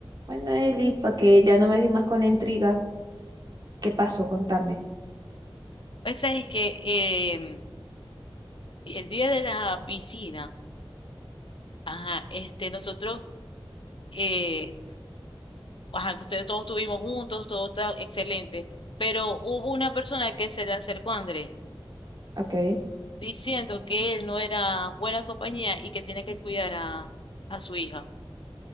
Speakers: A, on the right (about 50°); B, on the left (about 70°).
A: Bueno, Eli, para que ya no me di más con la intriga, ¿qué pasó? Contame.
B: Esa es que em, el día de la piscina, ajá, este, nosotros, eh, ajá, nosotros todos estuvimos juntos, todo tan excelente, pero hubo una persona que se le acercó a Andrés
A: Ok.
B: diciendo que él no era buena compañía y que tiene que cuidar a, a su hija.